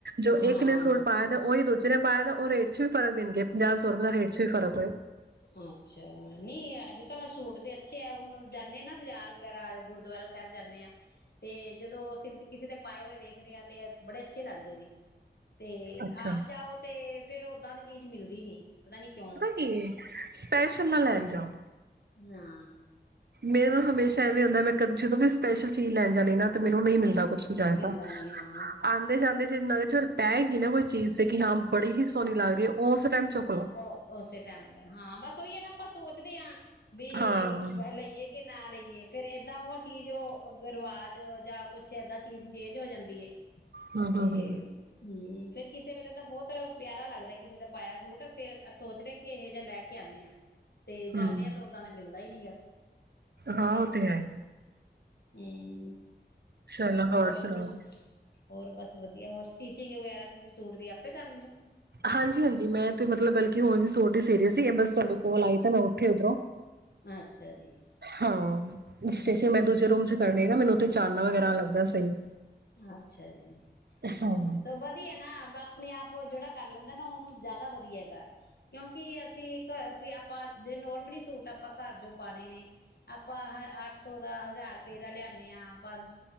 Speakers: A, on the right (about 65°); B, on the left (about 65°).
A: ਜੋ
B: ਹਾਂ
A: ਇੱਕ ਨੇ ਸੂਟ ਪਾਇਆ ਤੇ ਉਹੀ ਦੂ ਜਿਨੇ ਪਾਇਯਾ ਉਹ ਰੇਟ 'ਚ ਫ਼ਰਕ ਦੇਣਗੇ ਪੰਜਾਹ ਸੌ ਰਪਏ ਦਾ ਰੇਟ ਚ ਵੀ ਫਰਕ
B: ਅੱਛਾ, ਨਹੀਂ ਅੱਜ ਕੱਲ ਸੂਟ ਦੇ ਅੱਛੇ ਏ ੳ ਜਾਂਦੇ ਆਨਾ ਬਾਜ਼ਾਰ ਵਗੈਰਾ ਗੁਰਦੁਆਰਾ ਸ ਸਾਹਿਬ ਜਾਂਦੇ ਆਂ, ਤੇ ਜਦੋਂ ਅਸੀ ਕਿਸੇ ਦਾ ਪਾਏ ਹੋਏ ਵੇਖਦੇ ਆਾਂ ਤੇ, ਬੜੇ ਅੱਛੇ ਲੱਗਦੇ ਨੇ ਤੇ
A: ਅੱਛਾ
B: ਆਪ ਜਾਓ ਤੇ ਫੇਰ ਓਦਾਂ ਦੀ ਚੀਜ਼ ਮਿਲਦੀ ਨੀ। ਪਤਾ ਨੀ ਕਿਉਂ
A: ਕੀ ਹੈ ਸਪੈਸ਼ਲ ਨਾ ਲੈਣ ਜਾਓ।
B: ਹਾਂ।
A: ਮੇਰੇ ਨਾਲ ਹਮੇਸ਼ਾ ਐਵੇਂ ਹੁੰਦਾ ਮੈਂ ਕ ਜਦੋਂ ਵੀ ਸਪੈਸ਼ਲ ਚੀਜ਼ ਲੈਣ ਜਾਣੀ ਨਾ ਤੇ ਮੈਨੂੰ ਨਹੀਂ ਮਿਲਦਾ ਕੁਛ ਵੀ ਜੈਸਾ
B: ਮਿਲਦਾ ਨੀ ਹਾਂ
A: ਆਂਦੇ ਜਾਂਦੇ ਜਿਨਾ <unintelligible> ਚ ਪੈਗੀ ਨਾ ਕੋਈ ਚੀਜ਼ ਤੇ ਕਿ ਹਾਂ ਬੜੀ ਹੀ ਸੋਹਣੀ ਲੱਗਦੀ ਹੈ ਉਸ ਟਾਈਮ ਚੁੱਕ ਲਓ।
B: ਉਹ ਉਸੇ ਟਾਈਮ ਹਾਂ ਬਸ ਉਹੀ ਹੈ ਨਾ ਸੋਚਦੇ ਆ। ਵੀ
A: ਹਾਂ
B: ਲਈਏ ਕਿ ਨਾ ਲਈਏ। ਫੇਰ ਏਦਾਂ ਉਹ ਚੀਜ਼ ਉਹ ਰਿਵਾਜ ਜਾਂ ਕੁੱਛ ਏਦਾਂ ਚੀਜ਼ ਚੇਂਜ ਹੋ ਜਾਂਦੀ ਐ।
A: ਹੂੰ
B: ਤੇ
A: ਹੂੰ ਹੂੰ
B: ਹੂੰ। ਫੇਰ ਕਿਸੇ ਵੇਲੇ ਤਾਂ ਬਹੁਤ ਪਿਆਰਾ ਲੱਗਦਾ ਕਿਸੇ ਦਾ ਪਾਇਆ ਸੂਟ। ਫੇਰ ਸੋਚਦੇ ਆ ਕਿ ਇਹ ਜਿਹਾ ਲੈ ਕੇ ਆਣੇ ਆ। ਤੇ ਜਾਣੇ
A: ਹੂੰ
B: ਆ ਤੇ ਓਦਾਂ ਦਾ ਮਿਲ <unintelligible>
A: ਹਾਂ ਉਹ ਤਾਂ ਹੈ।
B: ਹੂੰ।
A: ਚਲੋ
B: ਹੋਰ
A: ਸੁਣਾਓ।
B: ਤੂੰ ਹੋਰ ਬਸ ਵਧੀਆ ਹੋਰ ਸਟੀਚਿੰਗ ਵਗੈਰਾ ਤੁਸੀਂ ਸੂਟ ਦੀ ਆਪੇ ਕਰਨ ਲੈਣੇ ਔ।
A: ਹਾਂਜੀ ਹਾਂਜੀ, ਮੈਂ ਤੇ ਮਤਲਬ ਬਲਕਿ ਹੁਣ ਵੀ ਸੂਟ ਹੀ ਸੀਰੀ ਸੀ ਬਸ ਤੁਹਾਡੇ ਕੋਲ ਆਈ ਤਾਂ ਮੈਂ ਉਠੀ ਉੱਧਰੋਂ।
B: ਹੋ ਅੱਛਾ ਜੀ
A: ਹਾਂ, ਸਟੀਚਿੰਗ
B: ਹਮ
A: ਮੈਂ ਦੂਜੇ ਰੂਮ ਚ ਕਰਨੀ। ਮੈਨੂੰ ਉੱਥੇ ਚਾਨਨਾ ਵਗੈਰਾ ਲੱਗਦਾ ਸਹੀ।
B: ਅੱਛਾ ਜੀ।
A: ਹਾਂ
B: ਹੋਰ ਸੋ ਵਧੀਆ ਨਾ ਆਪਣੇ ਆਪ ਜਿਹੜਾ ਕਰ ਲੈਂਦਾ। ਨਾ ਉਹਨੂੰ ਜ਼ਿਆਦਾ ਵਧੀਆ ਹੈਗਾ ਕਿਉਂਕਿ ਅਸੀਂ ਆਪਾਂ ਜੇ ਨੋਰਮਲੀ ਸੂਟ ਆਪਾਂ ਘਰ ਜੋ ਪਾਣੇ ਨੇ ਆਪਾਂ ਅੱਠ ਸੌ ਦਾ ਹਜ਼ਾਰ ਰੁਪਏ ਦਾ ਲਿਆਨੇ ਆ ਪੰ